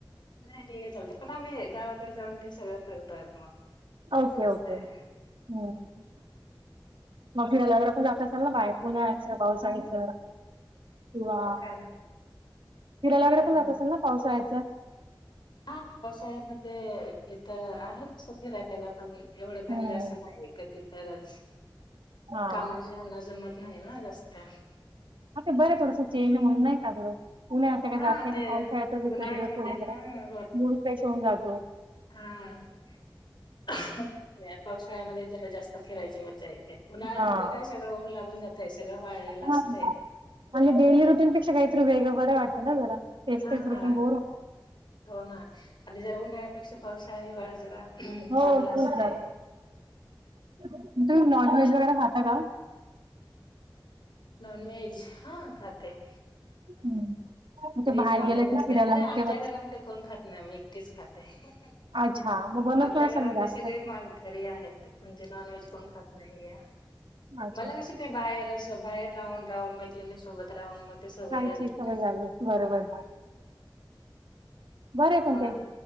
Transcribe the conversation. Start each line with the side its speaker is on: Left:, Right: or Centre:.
Left: नाही ठीक आहे चलत पण आम्ही गावाकडे जाऊन ते सगळं करतात म
Right: ओके
Left: असं असतय.
Right: ओके हम्म मग फिरायला जर आपण जात असल ना बाहेर पुन्हाचं पावसाळच किंवा
Left: काय
Right: फिरायला वगैरे
Left: काय
Right: पण जात असेल ना पावसाळ्याचं?
Left: हा पावसाळ्यामध्ये इथं आहे तसं फिरायला पण एवढं काय
Right: हम्म
Left: म्हणजे असं नाही. कधी तरच,
Right: हा.
Left: कामाच्या हेन जमत नाही ना जास्त.
Right: आता बरं थोडसं चेंज म्हणून नाही का थोडं पुन असं काय
Left: हां,
Right: जात नाही
Left: ते
Right: ना पावसाळ्याच जिक-जिकड-
Left: उन्हाळ्यामध्ये
Right: तिकड
Left: हां,
Right: मूड फ्रेश होऊन जातो.
Left: हा <inaudible> आणि पावसाळ्यामध्ये जरा जास्त फिरायची मजा येते. उन्हाळ्यामध्ये
Right: हा
Left: काय सगळं ऊन लागून जातय सगळं वाळलेलं असतंय.
Right: हा आणि डेली रुटीनपेक्षा काहीतरी वेगं बरं वाटते ना जरा. तेच
Left: हा,
Right: तेच रुटीन बोर होऊन जातं.
Left: हो ना आणि जरा उन्हाळ्यापेक्षा पावसाळा, हिवाळा जरा
Right: हो <unintelligible>
Left: चांगला असतय.
Right: ते तुम्ही नॉनव्हेज वगैरे खाता का?
Left: नॉनव्हेज, हा खाते.
Right: हम्म मग
Left: व्हेज,
Right: ते बाहेर
Left: नॉनव्हेज
Right: गेलं की
Left: असतय
Right: फिरायला
Left: म्हणजे आमच्या
Right: मग तेव्हाच
Left: घरामध्ये कोण खात नाही मी एकटीच खाते. <inaudible>
Right: अच्छा मग बनवत
Left: आमच्या
Right: नसाल
Left: घरामध्ये
Right: मग जास्त
Left: सगळे मालकरी आहेत म्हणजे नॉनव्हेज कोण खात नाही या.
Right: आच
Left: मला कसं ते बाहेर असं बाहेर राहून -राहून मैत्रीण सोबत राहून मग ते सवय
Right: खायचे
Left: लागली
Right: सगळं
Left: ना.
Right: झाले. बरोबर
Left: हा
Right: बरं आहे पण
Left: मग
Right: ते